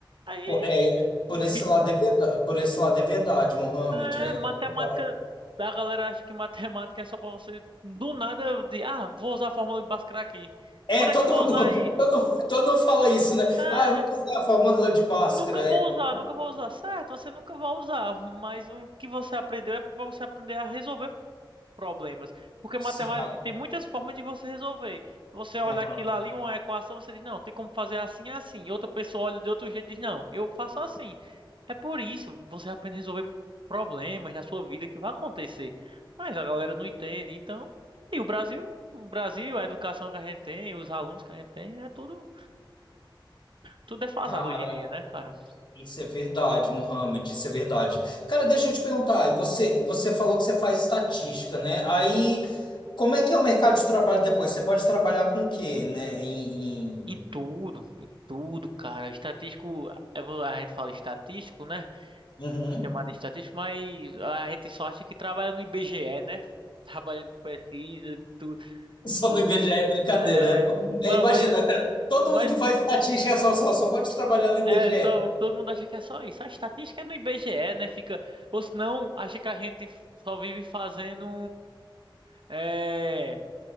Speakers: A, on the right; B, on the left.
A: Aí,
B: Pô, é, por esse
A: fi-
B: lado é verdade, por esse lado é verdade, Mohamed,
A: é,
B: é
A: matemática,
B: verdade.
A: da galera acha que matemática é só para você do nada de, ah, vou usar a fórmula de Bhaskara aqui.
B: É,
A: Onde
B: todo
A: é que eu vou
B: mundo,
A: usar isso?
B: <laughs> todo, todo mundo fala isso, né?
A: É,
B: Ah, eu não usei a fórmula de Bhaskara,
A: nunca
B: é,
A: vou
B: todo-
A: usar, nunca vou usar. Certo, você nunca vai usar, mas o que você aprendeu é para você aprender a resolver problemas. Porque matemática
B: sim, Alan.
A: tem muitas formas de você resolver. Você olha
B: Uhum.
A: aquilo ali, uma equação, você diz, não, tem como fazer assim, assim. E outra pessoa olha de outro jeito e diz, não, eu faço assim. É por isso, você aprende a resolver problemas da sua vida que vai acontecer. Mas a galera não entende, então... E o Brasil, o Brasil, a educação que a gente tem, os alunos que a gente tem, é tudo, tudo defasado
B: Cara,
A: hoje em dia, né, cara?
B: Isso é verdade, Mohamed, isso é verdade. Cara, deixa eu te perguntar, e você, você falou que você faz estatística, né? Aí, como é que é o mercado de trabalho depois? Você pode trabalhar com o quê, né? Em, em-
A: Em tudo, em tudo, cara. Estatístico, é vo- a gente fala estatístico, né?
B: Uhum.
A: chamada estatística, mas a gente só acha que trabalha no IBGE, né? Trabalhando com pesquisa, tudo,
B: <laughs> Só
A: tudo.
B: no IBGE é brincadeira,
A: É,
B: né? pô?
A: ba-
B: É, imagina,
A: mas,
B: cara, todo
A: mas
B: mundo que faz estatística é só, só, só pode trabalhar no IBGE.
A: é só, todo mundo acha que é só isso. A estatística é no IBGE, né? Fica, ou senão acha que a gente só vive fazendo é,